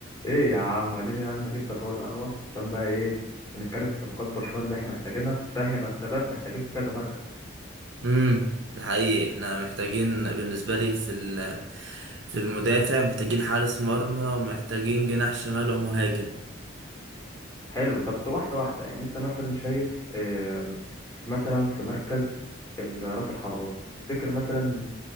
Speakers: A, on the left (about 15°); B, on the right (about 60°).
A: ايه يا عم اديني يا عم جبتك اهو القهوه عشان بقى ايه بنتكلم في صفقات برشلونه اللي احنا محتاجينها عشان احنا بقى- خلي بالك محتاجين في كذا مركز
B: امم ده حقيقي احنا محتاجين بالنسبه لي في ال- في المدافع محتاجين حارس مرمى ومحتاجين جناح شمال ومهاجم
A: حلو طب واحده واحده يعني انت مثلا شايف آه، مثلا في مركز ال- راس الحربه تفتكر مثلا